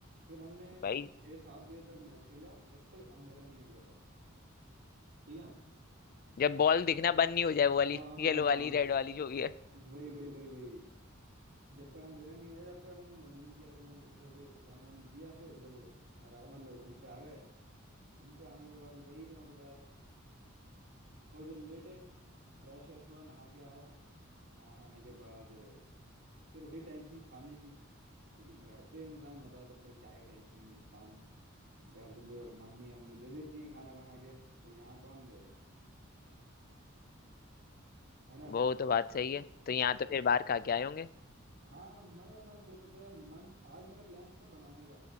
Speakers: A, on the right; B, on the left.
A: फिर हमने
B: भाई
A: छः सात बजे तक मैच खेला जब तक अंधेरा नहीं हो गया था ठीक है
B: जब बॉल दिखना बंद नहीं हो जाए वो वाली
A: हाँ हाँ
B: येलो
A: हाँ।
B: वाली रेड वाली जो भी है
A: वही वही वही वही जब तक अंधेरा नहीं हो जाए तब तक हमने बंद ही नहीं किया था मैच जब बंद बंद किया फिर जब घर आ मतलब रूम पे आ गए रूम पे आने के बाद वही तुम्हें पता है थोड़ी देर लेटे फ्रेश व्रेश हुआ नहा के आया नहा नहाने आने के बाद फिर वही टेंशन खाने की क्योंकि घर पे इंसान होता है तो फिर क्या ही टेंशन इंसान घर पे मम्मी मम्मी दे देती है खाना बना के तो यहाँ कौन देगा है ना
B: वो तो बात सही है तो यहाँ तो फिर बाहर खा के आए होंगे
A: हाँ मगर मैं सोचा था मंथ आज मेरा प्लान था बनाने का